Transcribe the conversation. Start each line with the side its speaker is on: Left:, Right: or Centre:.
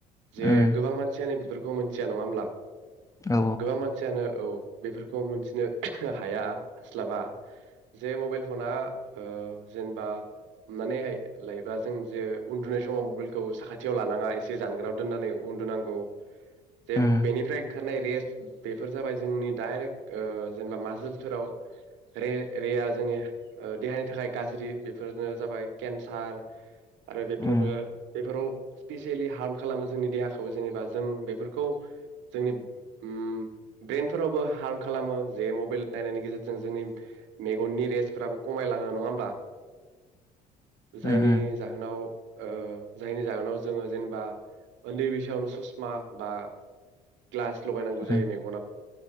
Right: जे
Left: उम
Right: गोबां मानसियानो बेफोरखौ मिथिया नङा होमब्ला
Left: औ
Right: गोबां मान औ बेफोरखौ मोनथिनो हाया हास्लाबा जे मबाइल फना ओ जेनेबा हमनानै लायोबा जों जे उन्दुनाय समाव मबाइलखौ साखाथियाव लानाङा एसे जानग्राायाव दोननानै उन्दुनांगौ जे
Left: उम
Right: बेनिफ्राय ओंखारनाय रेस्ट बेफोर जाबाय जोंनि डाइरेक्ट जेनेबा माजोलफोरावे रेआ जोंनि देहानि थाखाय गाज्रि बेफोरनो जाबाय केन्सार आरो बेफोरो
Left: उम
Right: बेफोराव स्पिसियेलि हार्म खालामो जोंनि देहाखौ जेनेबा जों बेफोरखौ जोंनि ओम ब्रेनफोरावबो हार्म खालामो जे मबाइल नायनायनि गेजेरजों जोंनि मेगननि रेस्फोराबो खमायलाङो नङा होमबा जायनि
Left: उम उम
Right: जाहोनाव ओ जायनि जाहोनाव जोङो जेनेबा उन्दै बैसोआवनो ससमा बा ग्लास लगायनांगौ जायो
Left: उम